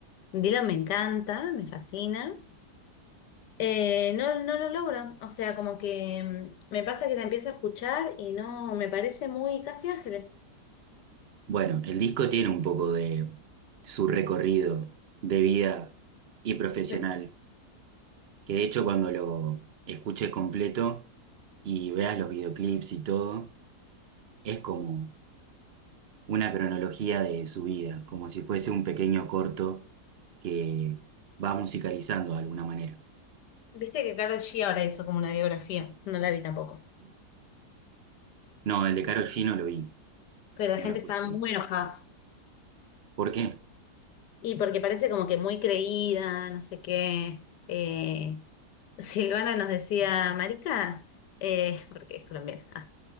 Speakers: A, on the left (about 80°); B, on the right (about 60°).
A: Dylan me encanta, me fascina. Eh, no, no lo logro. O sea, como que mm, me pasa que la empiezo a escuchar y no, me parece muy casi Ángeles.
B: Bueno, el disco tiene un poco de su recorrido de vida y profesional,
A: Sí.
B: que de hecho cuando lo escuches completo y veas los videoclips y todo, es como una cronología de su vida, como si fuese un pequeño corto que va musicalizando de alguna manera.
A: Viste que Karol G ahora hizo como una biografía. No la vi tampoco.
B: No, el de Karol G no lo vi,
A: Pero la
B: no
A: gente
B: lo escuché.
A: estaba muy enojada.
B: ¿Por qué?
A: Y porque parece como que muy creída, no sé qué. Eh, <laughs> Silvana nos decía, Marica, eh, porque es colombiana. ah,